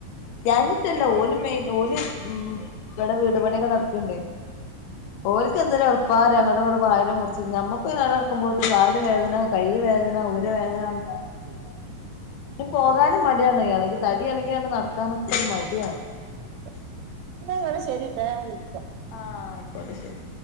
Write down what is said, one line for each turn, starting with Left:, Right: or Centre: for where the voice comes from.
Left: ഞാഞ്ഞിട്ടല്ല ഓല് മെയി ഓല് ഉം ഇവടെ വീട് പണിയൊക്കെ നടക്ക്ണ്ടേ ഓല്ക്ക് എന്തൊരെൾപ്പാ രാ അങ്ങോട്ടു ഇങ്ങോട്ടു പായലും പിടിച്ച് നമ്മക്ക് നക്കുമ്പോത് കാല് വേദന കൈ വേദന ഊര വേദന ന്ന് ഞമ്മക്ക് പിന്നെ
Right: അതെ
Left: പോകാനും മടിയാണെ എളകി തടി എളകിയാണ്ട് നടക്കാനൊക്കെ ഒരു മടിയാണ്
Right: <unintelligible> എന്നാ ങ്ങള് ശെരിട്ടോ ഞാൻ വിളിക്കാം.
Left: ആഹ് അയ്ക്കോട്ടെ ശരി